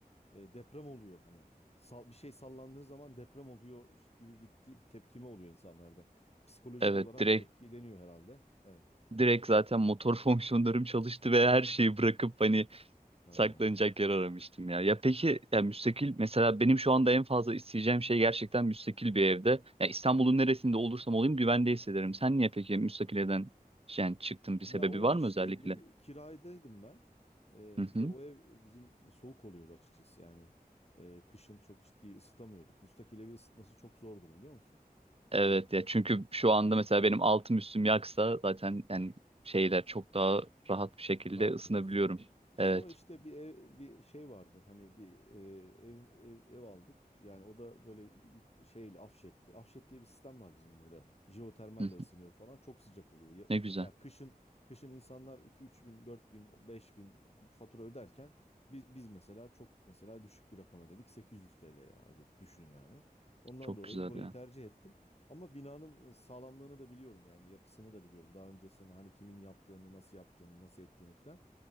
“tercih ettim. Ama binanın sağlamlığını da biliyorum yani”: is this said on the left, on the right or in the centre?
Left